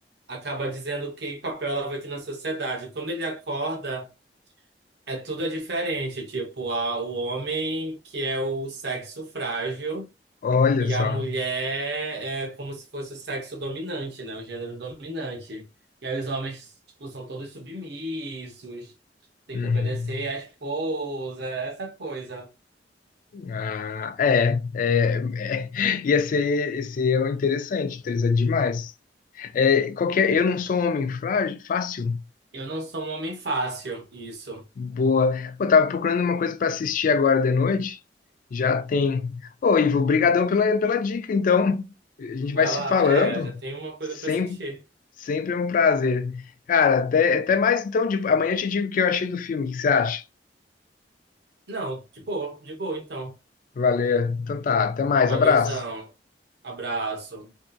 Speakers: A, on the right; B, on the left.
A: acaba dizendo que papel ela vai ter na sociedade. Quando ele acorda, é tudo é diferente. Tipo, a, o homem que é o sexo frágil.
B: Olha
A: E
B: só.
A: a mulher é como se fosse o sexo dominante, né? O gênero dominante. E aí os homens, tipo, são todos submissos, tem
B: Uhum.
A: que obedecer à esposa, essa coisa.
B: Ah, é, é, é. Ia ser, ia ser interessante, interessante demais. É, qualquer, eu não sou um homem frágil, fácil,
A: Eu não sou um homem fácil, isso.
B: Boa. Eu tava procurando uma coisa para assistir agora de noite. Já tem. Ô, Ivo, brigadão pela, pela dica. Então, a gente
A: Vai
B: vai se
A: lá,
B: falando.
A: é, já tem uma coisa
B: Sempre,
A: pra assistir.
B: sempre é um prazer. Cara, até, até mais então. De... Amanhã eu te digo o que eu achei do filme. O que você acha?
A: Não, de boa, de boa então.
B: Valeu. Então tá, até mais.
A: Valeuzão.
B: Abraço.
A: Abraço.